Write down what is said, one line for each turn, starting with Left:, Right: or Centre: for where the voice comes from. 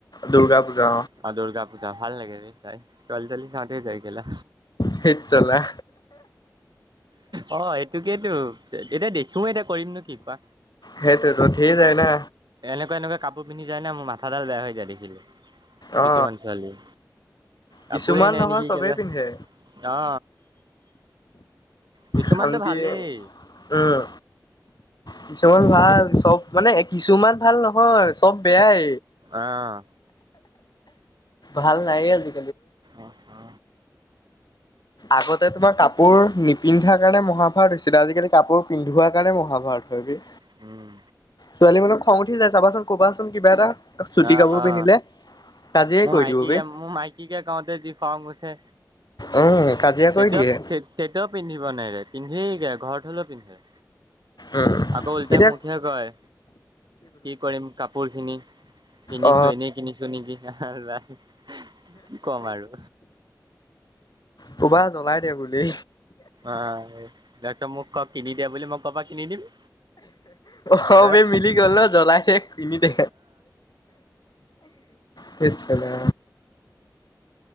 Left: দুৰ্গা পূজা
Right: অ, দুৰ্গা পূজা ভাল লাগে দে চাই। ছোৱালী টোৱালি চাওতেই যায় কেলা।
Left: ধেত চালা
Right: অ, সেইটোকেটো। এতিয়া দেখিও এতিয়া কৰিম নো কি কোৱা।
Left: সেইটোতো ধেৰ যায় না
Right: এনেকুৱা এনেকুৱা কাপোৰ কাপোৰ পিন্ধি যায় না মোৰ মাথাডাল বেয়া হৈ যায় দেখিলে, কিছুমান
Left: অ
Right: ছোৱালীয়ে। কাপোৰ
Left: কিছুমান
Right: এ নাই
Left: নহয়
Right: নেকি
Left: চবেই
Right: কেলা।
Left: পিন্ধে
Right: অ কিছুমানতো
Left: শান্তিয়ে
Right: ভালেই
Left: উম। কিছুমান ভাল চব মানে কিছুমান ভাল নহয়, চব বেয়াই।
Right: আহ।
Left: ভাল নাইয়েই। আজি
Right: অ, অ।
Left: আগতে তোমাৰ কাপোৰ নিপিন্ধাৰ কাৰণে মহাভাৰত হৈছিলে, আজিকালি কাপোৰ পিন্ধোৱাৰ কাৰণে মহাভাৰত হয় গে।
Right: উম।
Left: ছোৱালী মানুহৰ খং উঠি যায়। চাবাচোন ক'বাচোন কিবা এটা চুটি
Right: অ
Left: কাপোৰ
Right: অ
Left: পিন্ধিলে। কাজিয়াই
Right: মোৰ
Left: কৰি
Right: মাইকীকে,
Left: দিব বে
Right: মোৰ মাইকীকে কওঁতে যি খং উঠে।
Left: উম কাজিয়া কৰি
Right: তেতিয়াও,
Left: দিয়ে
Right: তেতিয়াও পিন্ধিব নেৰে। পিন্ধেই ঘৰত হলেও পিন্ধে।
Left: উম
Right: আকৌ উলটাই
Left: এতিয়া
Right: মোক হে কয় কি কৰিম কাপোৰ খিনি, কিনিছো
Left: অ
Right: এনেই কিনিছো নেকি। আল বাল কি কম আৰু
Left: ক'বা জ্বলাই দে বুলি।
Right: অ, তাৰপিছত মোক ক'ব কিনি দে বুলি, মই ক'ৰপৰা কিনি দিম?
Left: সবে
Right: অ',
Left: মিলি গ'ল ন জ্বলাই দে, কিনি দে। ধেৎ চালা